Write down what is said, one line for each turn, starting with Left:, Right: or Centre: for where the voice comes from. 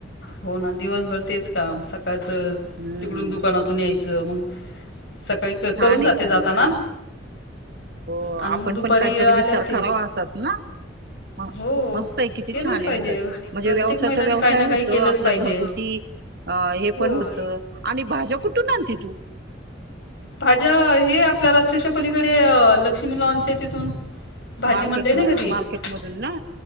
Left: हो ना दिवसभर तेच काम सकाळचं
Right: हम्म
Left: तिकडून दुकानातून यायचं मग सकाळी क
Right: छान
Left: करून
Right: आहे
Left: जाते
Right: छान
Left: जाताना.
Right: आहे छान आहे हो
Left: आणि
Right: आपण
Left: मग दुपारी
Right: पण काहीतरी
Left: आले
Right: विचार
Left: होते
Right: करावा असाच ना म
Left: हो
Right: मस्त आहे किती
Left: केलंच
Right: छान
Left: पाहिजे
Right: आहे उलट म्हणजे
Left: प्रत्येक
Right: व्यवसाय
Left: महिलाने
Right: तर व्यवसाय
Left: काही ना
Right: होतो
Left: काही केलंच
Right: आपला
Left: पाहिजे
Right: घरगुती अ हे
Left: हो.
Right: पण
Left: अ,
Right: होतं, आणि भाज्या कुठून आणती तू?
Left: भाज्या हे आपलं रस्त्याच्या पलीकडे लक्ष्मी लॉनच्या तिथून. भाजी
Right: मार्केट
Left: मंडई नाही
Right: म
Left: का ती असंच
Right: मार्केटमधून ना